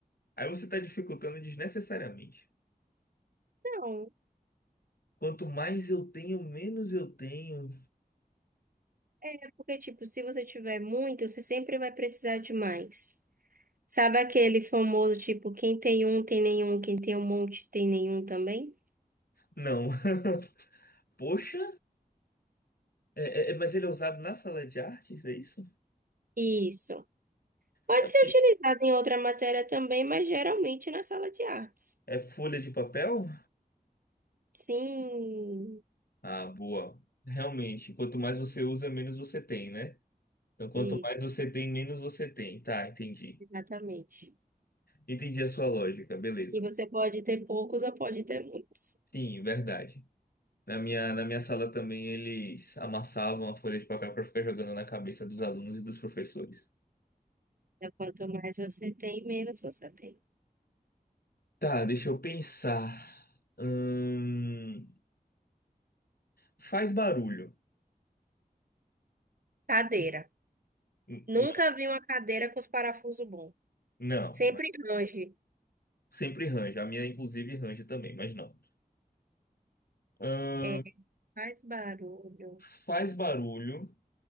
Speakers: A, on the left (about 75°); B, on the right (about 65°).
A: aí você tá dificultando desnecessariamente.
B: Não,
A: Quanto mais eu tenho, menos eu tenho.
B: é porque, tipo, se você tiver muito, você sempre vai precisar de mais. Sabe aquele famoso, tipo, quem tem um tem nenhum, quem tem um monte tem nenhum também?
A: Não. <laughs> Poxa, é, é- é- mas ele é usado na sala de artes, é isso?
B: Isso. Pode
A: É, o
B: ser
A: quê?
B: utilizado em outra matéria também, mas geralmente na sala de artes.
A: É folha de papel?
B: Sim.
A: Ah, boa. Realmente, quanto mais você usa, menos você tem, né? Então, quanto
B: Isso.
A: mais você tem, menos você tem. Tá, entendi.
B: Exatamente.
A: Entendi a sua lógica, beleza.
B: E você pode ter poucos ou pode ter muitos.
A: Sim, verdade. Na minha, na minha sala também eles amassavam a folha de papel para ficar jogando na cabeça dos alunos e dos professores.
B: Então, Quanto mais você tem, menos você tem.
A: Tá, deixa eu pensar. Hum, faz barulho.
B: Cadeira.
A: N-
B: Nunca
A: n-
B: vi uma cadeira com os parafusos bons.
A: Não,
B: Sempre longe.
A: sempre range. A minha, inclusive, range também, mas não. Hum,
B: É, Faz barulho.
A: faz barulho